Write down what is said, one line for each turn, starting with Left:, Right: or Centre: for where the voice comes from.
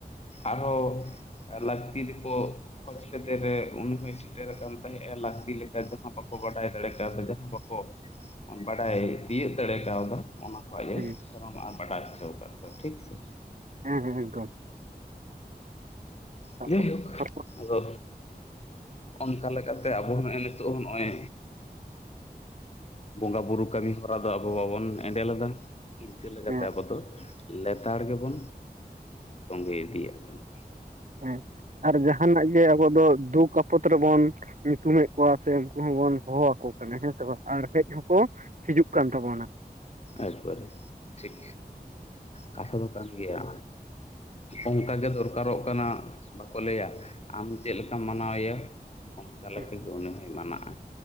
Left: ᱟᱨᱦᱚᱸ ᱞᱟᱸᱠᱛᱤ ᱨᱮ ᱠᱚ ᱠᱷᱚᱚᱡ ᱠᱮᱫᱮ ᱨᱮ ᱩᱱᱤ ᱦᱚᱭ ᱥᱮᱴᱮᱨ ᱟᱠᱟᱱ ᱛᱟᱸᱦᱮᱜᱼᱟ ᱞᱟᱹᱠᱛᱤ ᱞᱮᱠᱟ ᱡᱟᱦᱟᱸ ᱵᱟᱠᱚ ᱵᱟᱰᱟᱭ ᱫᱟᱲᱮ ᱠᱟᱣᱫᱟ ᱡᱟᱦᱟᱸ ᱵᱟᱠᱚ ᱵᱟᱰᱟᱭ ᱛᱤᱭᱳᱜ ᱫᱟᱲᱮ ᱠᱟᱣᱫᱟ ᱚᱱᱟ ᱠᱚ ᱟᱡ
Right: ᱦᱮᱸ
Left: ᱮ ᱥᱟᱱᱟᱢᱼᱟᱜ ᱵᱟᱰᱟᱭ ᱪᱚ ᱠᱟᱫ ᱠᱚᱣᱟᱭ ᱴᱷᱤᱠ ᱥᱮ
Right: ᱦᱮᱸ ᱦᱮᱸ ᱮᱠᱫᱚᱢ ᱛᱟᱯᱚᱨ
Left: <unintelligible>
Right: ᱛᱟᱯᱚᱨ
Left: ᱟᱫᱚ ᱚᱱᱠᱟ ᱞᱮᱠᱟᱛᱮ ᱟᱵᱚ ᱦᱚᱸ ᱱᱚᱜᱼᱚᱭ ᱱᱤᱛᱳᱜ ᱦᱚᱸ ᱱᱚᱜᱼᱚᱭ ᱵᱚᱸᱜᱟ ᱵᱩᱨᱩ ᱠᱟᱹᱢᱤ ᱦᱚᱨᱟ ᱫᱚ ᱟᱵᱚ ᱵᱟᱵᱚᱱ ᱮᱸᱰᱮ ᱞᱮᱫᱟ᱾ ᱤᱱᱠᱟᱹ ᱞᱮᱠᱟᱛᱮ
Right: ᱦᱮᱸ
Left: ᱟᱵᱚ ᱫᱚ ᱞᱮᱛᱟᱲ ᱜᱮᱵᱚᱱ ᱛᱚᱸᱜᱮ ᱤᱫᱤᱭᱟᱜ ᱠᱟᱱᱟ᱾
Right: ᱦᱮᱸ ᱟᱨ ᱡᱟᱦᱟᱱᱟᱜ ᱜᱮ ᱟᱵᱚ ᱫᱚ ᱫᱩᱠᱚ ᱯᱚᱛ ᱨᱮᱵᱚᱱ ᱧᱩᱛᱩᱢᱮᱜ ᱠᱚᱣᱟ ᱥᱮ ᱩᱱᱠᱩ ᱦᱚᱸᱵᱚᱱ ᱦᱚᱦᱚ ᱟᱠᱚ ᱠᱟᱱᱟ, ᱦᱮᱸ ᱥᱮ ᱵᱟᱝ ᱟᱨ ᱦᱮᱡ ᱦᱚᱸᱠᱚ ᱦᱤᱡᱩᱜ ᱠᱟᱱ ᱛᱟᱵᱚᱱᱟ᱾
Left: ᱮᱠᱵᱟᱨᱮ ᱴᱷᱤᱠ ᱠᱟᱛᱷᱟ ᱫᱚ ᱠᱟᱱ ᱜᱮᱭᱟ᱾ ᱚᱝᱠᱟᱟᱜ ᱜᱮ ᱫᱚᱨᱠᱟᱨᱚᱜ ᱠᱟᱱᱟ᱾ ᱵᱟᱠᱚ ᱞᱟᱹᱭᱟ ᱟᱢ ᱪᱮᱫ ᱞᱮᱠᱟᱢ ᱢᱟᱱᱟᱣ ᱮᱭᱟ ᱚᱱᱠᱟ ᱞᱮᱠᱟ
Right: ᱦᱮᱸ
Left: ᱜᱮ ᱩᱱᱤ ᱦᱚᱭ ᱢᱟᱱᱟᱜ-ᱟ